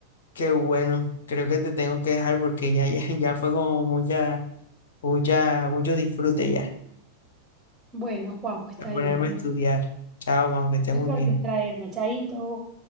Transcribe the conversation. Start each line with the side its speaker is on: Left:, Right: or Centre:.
Left: que bueno, creo que te tengo que dejar porque ya, ya, ya fue como mucha, mucha, mucho disfrute ya.
Right: Bueno, Juanjo, está
Left: A ponerme
Right: bien.
Left: a estudiar. Chao, Majo, que estés
Right: Es
Left: muy
Right: por
Left: bien.
Right: distraerme, chaito.